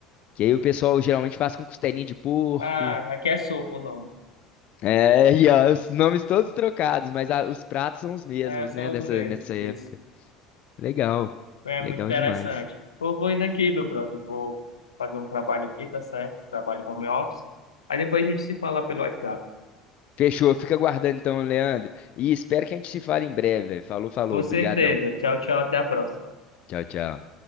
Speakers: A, on the left; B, on the left.
A: que aí o pessoal geralmente faz com costelinha de porco.
B: Ah, aqui é sopa o nome.
A: É, <laughs> e ó, os nomes todos trocados, mas a- os pratos são os mesmos,
B: É, são
A: né, nessa,
B: os mesmos.
A: nessa época.
B: Isso.
A: Legal,
B: É
A: legal
B: muito interessante.
A: demais.
B: Eu vou indo aqui, meu brother. Vou fazer um trabalho aqui, tá certo? Trabalho home office. Aí depois a gente se fala pelo WhatsApp.
A: Fechou, fica aguardando então, Leandro. E espero que a gente se fale em breve, velho. Falou, falou.
B: Com certeza.
A: Brigadão.
B: Tchau, tchau. Até a próxima.
A: Tchau, tchau.